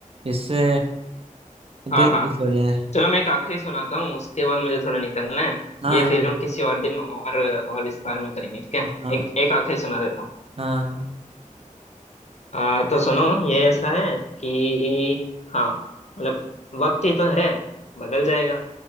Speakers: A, on the right; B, on the left.
A: इससे दिल
B: हाँ हाँ
A: खुश हो जाए
B: चलो मैं एक आखिरी सुनाता हूँ उसके बाद मुझे थोड़ा निकलना है
A: हाँ
B: ये फिर
A: हाँ भाई
B: किसी और दिन और और विस्तार में करेंगे ठीक है
A: हाँ
B: एक एक आखिरी सुना देता हूँ
A: हाँ
B: आ, तो सुनो ये ऐसा है कि हाँ मतलब वक्त ही तो है बदल जाएगा